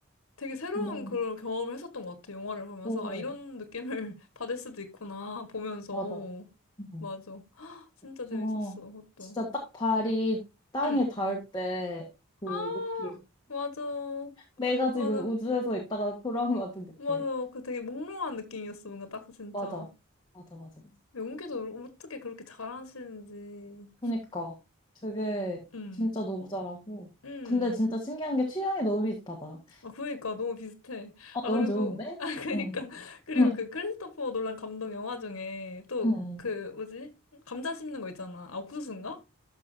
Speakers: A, on the left; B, on the left.
A: 되게 새로운
B: 너무.
A: 그런
B: <laughs>
A: 경험을 했었던 것 같아, 영화를 보면서.
B: 어.
A: 아, 이런 느낌을 <laughs> 받을 수도 있구나, 보면서.
B: 맞아. 응.
A: 맞아. <gasps> 진짜
B: 저
A: 재밌었어, 그것도.
B: 진짜 딱 발이 땅에
A: 응.
B: 닿을 때 그
A: 아,
B: 느낌.
A: 맞아.
B: 내가
A: 맞아.
B: 지금 우주에서 있다가 돌아온 것 같은 느낌.
A: 맞아. 그 되게 몽롱한 느낌이었어. 뭔가 딱 진짜.
B: 맞아. 맞아, 맞아.
A: 연기도 어떻게 그렇게 잘하시는지.
B: 그러니까 되게
A: 음,
B: 진짜 너무 잘하고.
A: 음.
B: 근데 진짜 신기한 게 취향이 너무 비슷하다.
A: 아, 그니까 너무 비슷해.
B: 아
A: 아,
B: 너무
A: 그리고,
B: 좋은데?
A: <laughs> 아, 그니까.
B: 응.
A: 그리고
B: 응.
A: 그 크리스토퍼 놀란 감독 영화 중에 또
B: 응.
A: 그
B: 응.
A: 뭐지? 감자 씹는 거 있잖아. 아, 옥수수인가?